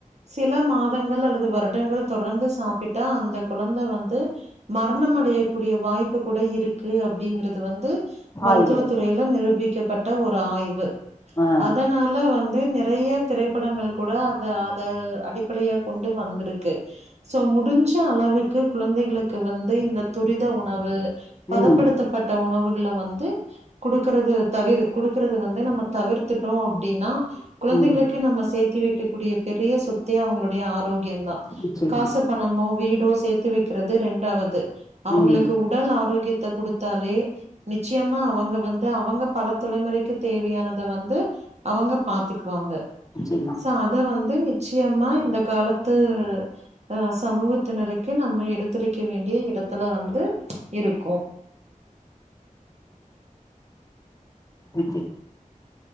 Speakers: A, on the right; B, on the left.
A: சில மாதங்கள் அல்லது வருடங்கள் தொடர்ந்து சாப்பிட்டா அந்த கொழந்த வந்து மர்ணமடையக்குடிய வாய்ப்பு குட இருக்கு அப்டீங்றது வந்து மருத்துவ
B: ஆய்வுல
A: துறைல நிரூபிக்கப்பட்ட ஒரு ஆய்வு
B: ஆ
A: அதனால வந்து நெர் நறைய திரைப்படங்கள் கூட அத அத அடிப்படையா கொண்டு வந்து ருக்கு சோ முடிஞ்ச அளவுக்கு குழந்தைகளுக்கு வந்து இந்த துரித உணவு பதப்படுத்தப்பட்ட
B: ம்
A: உணவுகள வந்து குடுக்கறது தவிரு குடுக்கறது வந்து நம்ம தவிர்த்துட்டோ அப்டின்னா குழந்தைகளுக்
B: ம்
A: நம்ம சேத்தி வைக்கக்கூடிய பெரிய சொத்தே அவுங்ளுடைய ஆரோக்கியோ தா
B: நிச்சயமா
A: காசு பணமோ வீடோ சேத்து வெக்கிறது ரெண்டாவது அவுங்களுக்கு
B: ம்
A: உட் உடல் ஆரோக்கியத்த குடுத்தாலே நிச்சியமா அவங்க வந்து அவங்க பல தலைமுறைக்கு தேவையானத வந்து அவங்க பாத்துக்குவாங்க
B: நிச்சயமா
A: சோ அது து வந்து நிச்சியமா இந்த காலத்து அ சமூகத்தினருக் க்கு நம்ம எடுத்துரைக்க வேண்டிய இடத்துல வந்து இருக்கு
B: ம் சேர்